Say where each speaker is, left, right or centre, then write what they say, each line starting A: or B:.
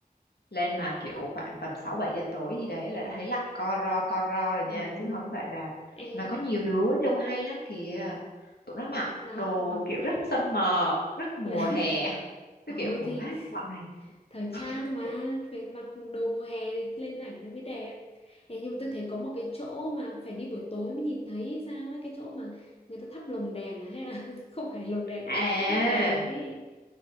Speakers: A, on the left; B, on the left.
A: lên mà kiểu khoảng tầm 6 7 giờ tối gì đấy là thấy lạnh co ro co ro rồi
B: Ồ.
A: nha chứ không phải là
B: ê
A: mà có nhiều đứa trông hay lắm kìa tụi nó mặc
B: giá
A: đồ
B: mặc
A: kiểu
B: <laughs>
A: rất summer rất mùa
B: ngắn
A: hè cái
B: ồ
A: kiểu ủa
B: thì
A: mát bọn này
B: thời
A: <laughs>
B: trang mà phải mặc đồ mùa hè thì lên ảnh nó mới đẹp Ê, nhưng mà tôi thấy có một cái chỗ mà phải đi buổi tối mới nhìn thấy sao ấy cái chỗ mà người ta thắp lồng đèn à, hay là <laughs> không phải lồng đèn hay
A: à
B: là người ta thắp đèn ấy